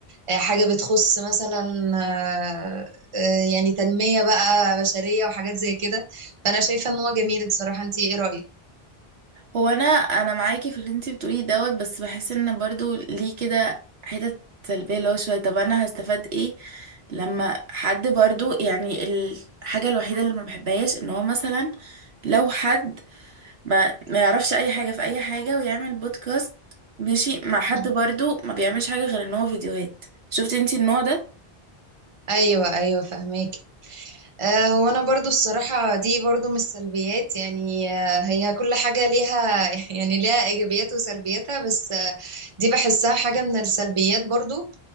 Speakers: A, on the right; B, on the right.
A: آه، حاجة بتخص مثلا آه، آه، يعني تنمية بقى بشرية وحاجات زي كده فأنا شايفة إن هو جميل بصراحة أنت إيه رأيك؟
B: هو انا انا معاكي في اللي انت بتقوليه دوت بس بحس ان برضو ليه كده حتت سلبيه اللي هو شويه طب انا هستفاد ايه لما حد برضو يعني الحاجه الوحيده اللي ما بحبهاش ان هو مثلا لو حد ما ما يعرفش اي حاجة في اي حاجة ويعمل بودكاست ماشي مع حد
A: مم.
B: برضو ما بيعملش حاجة غير ان هو فيديوهات شفتي انتي النوع ده
A: أيوة أيوة فهماك آه، هو أنا برضو الصراحة دي برضو من السلبيات يعني آه، هي كل حاجة ليها <laughs> يعني ليها إيجابيات وسلبياتها بس آه، دي بحسها حاجة من السلبيات برضو